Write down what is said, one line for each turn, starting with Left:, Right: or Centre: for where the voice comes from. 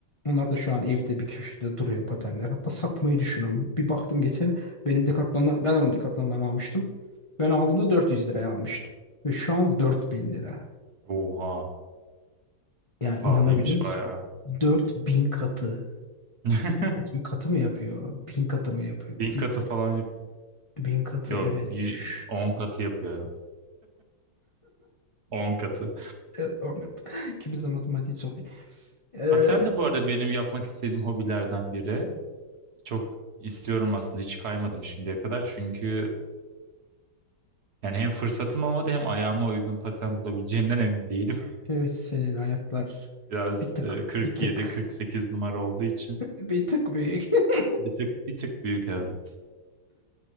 Left: Onlar da şu an evde bir köşede duruyor patenler. Hatta satmayı düşünüyorum. Bir baktım geçen benim Decathlon'dan, ben onu Decathlon'dan almıştım. Ben aldığımda 400 liraya almıştım. Ve şu an 4000 lira.
Right: Oha.
Left: Ya inanabiliyor
Right: Pahalıymış
Left: musun?
Right: bayağı.
Left: 4000 katı.
Right: <laughs>
Left: 4000 katı mı yapıyor? 1000 katı mı yapıyor?
Right: Bin
Left: 1000
Right: katı
Left: katı.
Right: falan yap.
Left: 1000 katı
Right: Yo,
Left: evet.
Right: bir
Left: Şşş.
Right: 10 katı yapıyor. on katı.
Left: Evet, Ahmet. <laughs> İkimiz de matematiği çok iyi. Ee,
Right: Paten de bu arada benim yapmak istediğim hobilerden biri. Çok istiyorum aslında hiç kaymadım şimdiye kadar çünkü e, yani hem fırsatım olmadı hem ayağıma uygun paten bulabileceğimden emin değilim.
Left: evet senin ayaklar
Right: <laughs> Biraz
Left: bir tık
Right: e, 47
Left: bir tık
Right: 48 numara olduğu için
Left: bir tık büyük. <laughs>
Right: bir tık bir tık büyük evet.